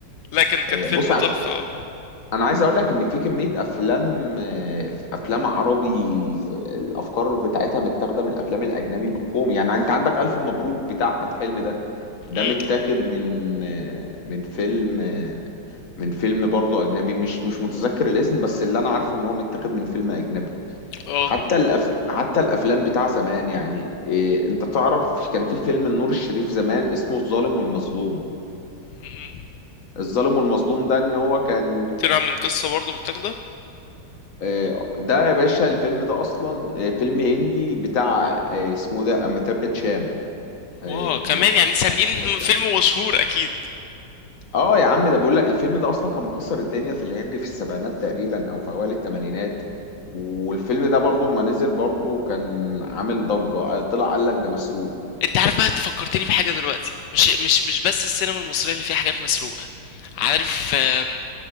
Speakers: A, on the left; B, on the left.
A: لا كان كان
B: آه،
A: فيلم
B: بص
A: تحفه اه
B: انا عايز اقول لك ان في كميه افلام آه، افلام عربي آه، الافكار بتاعتها متاخده من الافلام الاجنبي بالكوم يعني انت عندك الف مبروك بتاع احمد حلمي ده ده
A: مم.
B: متاخد من آه، من فيلم آه، من فيلم برضه اجنبي مش مش متذكر الاسم بس اللي انا عارفه ان هو متاخد من فيلم اجنبي
A: اه
B: حتى الأف... حتى الافلام بتاع زمان يعني إيه انت تعرف كان في فيلم النور الشريف زمان اسمه الظالم والمظلوم
A: مهم.
B: الظالم والمظلوم ده ان هو كان
A: طلع من قصة برضه متاخدة
B: آه، ده يا باشا الفيلم ده اصلا آه، فيلم هندي بتاع آه، اسمه ده اميتاب باتشان آه،
A: واو كمان
B: انا
A: يعني سارقين
B: أميتاب باتشان.
A: فيلم مشهور اكيد
B: اه يا عم ده بيقول لك الفيلم ده اصلا كان مكسر الدنيا في الهند في السبعينات تقريبا او في اوائل الثمانينات والفيلم ده برضو ما نزل برضو كان عامل ضجة آه، طلع قال لك ده مسروق
A: انت عارف بقى انت فكرتني في حاجه دلوقتي مش مش مش بس السينما المصريه اللي فيها حاجات مسروقه عارف آم،